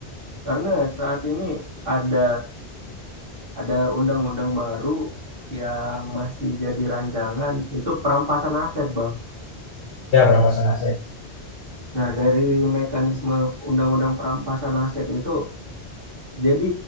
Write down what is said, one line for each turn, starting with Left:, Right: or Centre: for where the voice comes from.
Right: karena saat ini ada ada undang-undang baru yang masih jadi rancangan itu perampasan aset bang.
Left: ya perampasan aset.
Right: Nah dari mekanisme undang-undang perampasan aset itu jadi